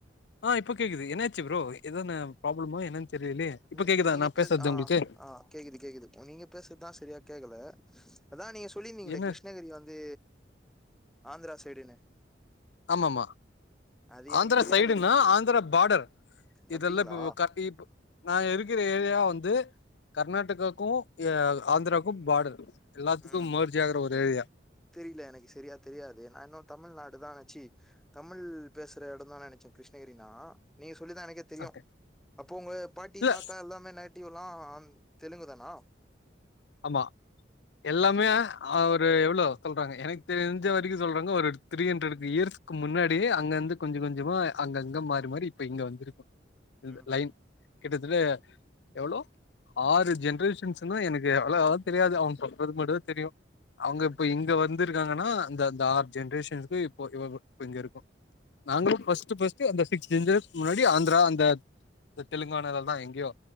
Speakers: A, on the left; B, in the centre.
A: ஆ இப்ப கேக்குது என்னாச்சு ப்ரோ எதானு ப்ராப்ளமா என்னன்னு தெரியலயே இப்ப
B: நீ
A: கேக்குதா
B: நீங்க
A: நா
B: பேச
A: பேசுறது
B: ஆ
A: உங்களுக்கு
B: ஆ கேக்குது கேக்குது நீங்க பேசுறதுதா செரியா கேக்கல அதா நீங்க சொல்லிருந்தீங்களே
A: என்ன
B: கிருஷ்ணகிரி வந்து ஆந்திரா சைடுன்னு
A: ஆமா மா
B: அது எனக்கு
A: ஆந்திர
B: தெரியாது
A: சைடுனா ஆந்திர பார்டர்
B: அப்படிங்களா
A: இதெல்லா க தீ ப் நா இருக்கிற ஏரியா வந்து கர்நாடகாக்கு ஆந்திராக்கு பார்டர் எல்லாத்துக்கும்
B: ம்
A: மேர்ஜ் ஆகுற ஒரு ஏரியா
B: தெரியல எனக்கு சரியா தெரியாது நா இன்னு தமிழ்நாடு தா ஆச்சி தமிழ் பேசுற எடந்தானு நினைச்சோ கிருஷ்ணகிரினா நீங்க சொல்லிதா எனக்கே தெரியு
A: ஓகே
B: அப்போ உங்க பாட்டி
A: இல்ல
B: தாத்தா எல்லாமே நேட்டிவ்லா தெலுங்கு தானா
A: ஆமா எல்லாமே ஆ ஒரு எவ்வளோ சொல்றாங்க எனக்கு தெரிஞ்ச வரைக்கும் சொல்றாங்க ஒரு த்ரீ ஹண்ட்ரட் இயர்ஸ்கு முன்னாடி அங்க வந்து கொஞ்ச கொஞ்சமா அங்கங்க மாறி மாறி இப்ப இங்க வந்துருப்பா இந்த
B: ம்
A: லைன் கிட்டத்தட்ட எவ்ளோ ஆறு ஜென்ரேஷன்ஸ்னா எனக்கு எவ்வளோ ஆவு தெரியாது அவங்க சொல்றது மட்டுதா தெரியு அவங்க
B: ம்
A: இப்ப இங் இங்க வந்திருக்காங்கன்னா இந்த அந்த ஆறு ஜென்ரேஷன்க்கு இப்ப இவ இப்ப இங்க இருக்கும் நாங்களு
B: ஓகே
A: பஸ்டு
B: ஓகே
A: பஸ்டு அந்த சிக்ஸ் ஜென்ரே முன்னாடி ஆந்திரா அந்த இந்த தெலுங்கானா இதலா எங்கயோ